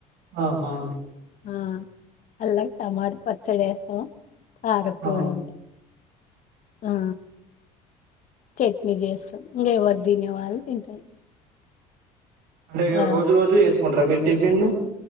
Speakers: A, on the right (about 75°); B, on the left (about 50°).
A: ఆహా
B: ఆ అల్లం టమాట పచ్చడి వేస్తాం కారపొడి
A: ఆ
B: ఉంటా ఆ చట్నీ చేస్తాం ఇంగా ఎవరు తినే వాళ్ళు తింటారు
A: అంటే
B: ఆ
A: రోజు రోజు వేసుకుంటర మీరు టిఫిన్లు